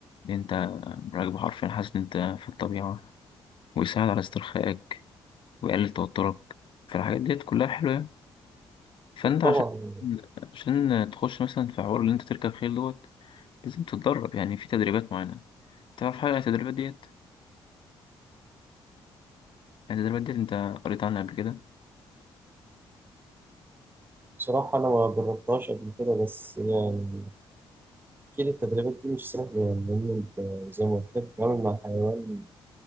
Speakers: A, on the left (about 55°); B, on the right (about 20°).
A: إن انت راكب حرفيا حاسس ان انت في الطبيعة ويساعد على استرخائك ويقلل توترك فالحاجات ديت كلها حلوة يعني. فانت
B: اكيد طبعا
A: عشان عشان تخش مثلا في حوار اللي انت تركب خيل دوت لازم تتدرب يعني في تدريبات معينة تعرف حاجة عن التدريبات ديت يعني التدريبات ديت انت قريت عنها قبل كده
B: بصراحة أنا ما جربتهاش قبل كده بس يعني أكيد التدريبات دي مش سهلة يعني لأن أنت زي ما قلت لك بتتعامل مع حيوان